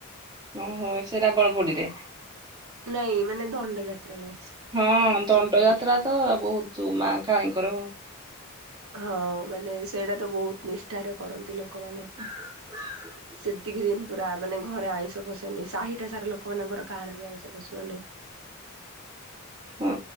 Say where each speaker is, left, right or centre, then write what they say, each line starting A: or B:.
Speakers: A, on the right; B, on the right.
A: ହଁ ସେ ରାବଣ ପୋଡିରେ?
B: ନାଇଁ ମାନେ ଦଣ୍ଡ ଯାତ୍ରା ରେ।
A: ହଁ ଦଣ୍ଡ ଯାତ୍ରା ତ ବହୁତ ମା କାଳିଙ୍କର।
B: ହଁ ମାନେ ସେଇଟା ତ ବହୁତ ନିଷ୍ଠାରେ କରନ୍ତି ଲୋକମାନେ।
A: <inaudible>
B: ସେତିକି ଦିନ ପୁରା ମାନେ ଘରେ ଆଇଁଷ ପଶେନି, ସାହିଟା ସାରା ଲୋକମାନଙ୍କର କାହାର ବି ଆଇଁଷ ପସିବନି।
A: ହଁ